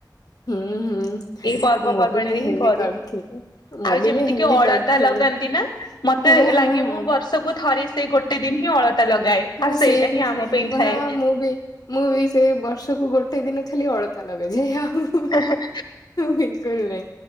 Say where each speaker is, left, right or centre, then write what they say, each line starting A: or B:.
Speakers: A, on the left; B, on the left.
A: ହୁଁ ହୁଁ ମୁଁ
B: ପର୍ବପର୍ବାଣୀରେ
A: ବି ମେହେନ୍ଦି
B: ହିଁ କରୁ
A: କରିଥିଲି। ମୁଁ
B: ଆଉ
A: ବି
B: ଯେମିତି
A: ମେହେନ୍ଦୀ
B: କି ଅଳତା
A: କରିଥିଲି
B: ଲଗାନ୍ତି ନା ମତେ
A: ହଁ ହଁ
B: ଲାଗେ ମୁଁ
A: ହଁ।
B: ବର୍ଷ ର୍ଷ କୁ ଥରେ ସେଇ ଗୋଟେ ଦିନ ହିଁ ଅଳତା ଲଗାଏ।
A: ହ
B: ଆଉ ସେଇଟା
A: ସେ <unintelligible>
B: ହିଁ ଆମ ପାଇଁ ଥାଏ
A: ମୁଁ ବି। ମୁଁ ବି ସେଇ ବର୍ଷକୁ ଗୋଟେ ଦିନ ଖାଲି ଅଳତା ଲଗାଯାଏ ଆଉ।
B: ହେଁ ହେଁ।
A: ବିଲକୁଲ ନାହିଁ